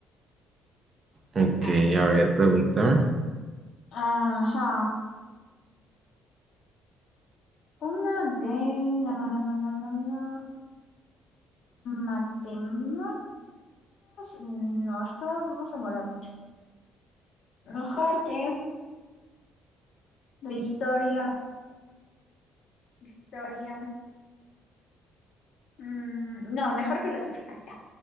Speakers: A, on the right (about 40°); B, on the left (about 65°).
A: Ok,
B: A ver.
A: a ver, pregúntame.
B: Ajá. Una de... No, no, no, no, no, no. no. Matemáticas, no, es que vamos a demorar mucho. Ah, Mejor de, de historia, historia. mm, no, mejor filosofía, ya.